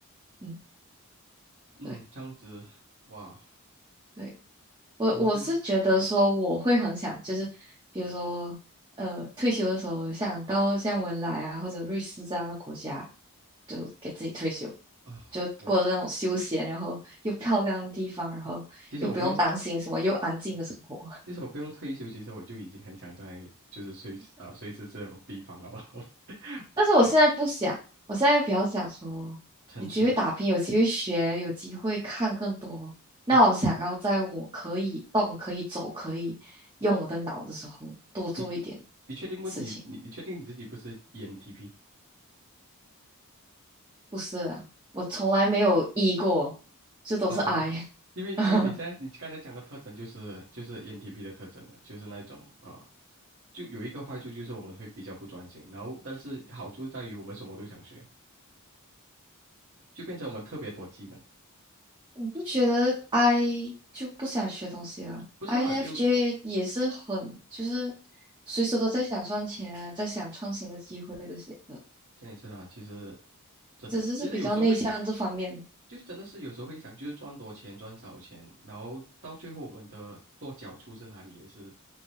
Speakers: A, on the right; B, on the right.
A: 嗯，
B: 嗯，
A: 对
B: 这样子哇，
A: 对，我我是觉得说我会很想，
B: 讲到这个
A: 就是比如说呃退休的时候想到像文莱啊或者瑞士这样的国家，就给自己退休，
B: 啊、
A: 就过着那种休闲，
B: 我
A: 然后又漂亮的地方，然后又不用担心什么，
B: 其其实我不用，
A: 又安静的生活。
B: 其实我不用退休，其实我就已经很想在就是瑞士啊、呃、瑞士这种地方了吧。<laughs>
A: 但是我现在不想，我现在比较想说，
B: 城市，
A: 有机会打拼，有机会学，有机会看更多。那我想要在我可以动、
B: 你确
A: 可以走、可以用我的脑的时候，多做一点
B: 你你确定不？
A: 事情。
B: 你你你确定你自己不是 ENTP？
A: 不是啊，我从来没有 E 过，
B: <laughs>
A: 这都是
B: 好吧，
A: I。
B: 因为因为你现在你刚才讲的特征就是就是
A: <laughs>
B: ENTP 的特征了，就是那种呃，就有一个坏处就是我们会比较不专心，然后但是好处在于我们什么都想学，就变成我们特别多技能。
A: 我不觉得 I 就不想学东西啊。
B: 不是啊？
A: i n
B: 就
A: f j 也是很就是随时都在想赚钱啊，在想创新的机会这些的。
B: 这样也是啦，其实真的，
A: 只是是比较内向这方面的。
B: 其实有时候会想。就真的是有时候会想，就是赚多钱赚少钱，然后到最后我们的落脚处是哪里，也是